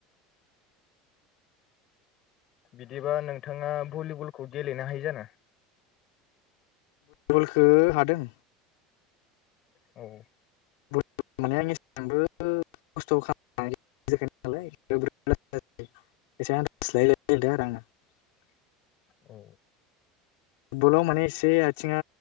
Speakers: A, on the left (about 45°); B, on the left (about 75°).
A: बिदिबा नोंथाङा भलिबलखौ गेलेनो हायो जानो
B: बलखो हादों
A: औ
B: <unintelligible>
A: औ
B: फुटबलाव माने एसे आथिङा